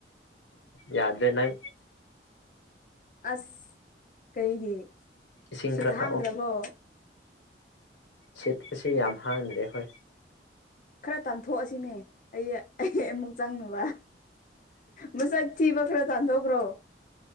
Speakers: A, on the left; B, on the left.
A: ꯌꯥꯗ꯭ꯔꯦ ꯅꯪ
B: ꯑꯁ ꯀꯩꯒꯤ
A: ꯏꯁꯤꯡ
B: ꯁꯤꯠ
A: ꯈꯔ ꯊꯛꯑꯣ
B: ꯍꯥꯡꯗ꯭ꯔꯕꯣ
A: ꯁꯤꯠ ꯄꯁꯤ ꯌꯥꯝ ꯍꯥꯡꯗ꯭ꯔꯦ ꯍꯣꯢ
B: ꯈꯔ ꯇꯥꯟꯊꯣꯛꯑꯁꯤꯅꯦ ꯑꯩ ꯑꯩ ꯑꯃꯨꯛ ꯆꯪꯅꯕ ꯃꯁꯛ ꯊꯤꯕ ꯈꯔ ꯇꯥꯟꯊꯣꯛꯈ꯭ꯔꯣ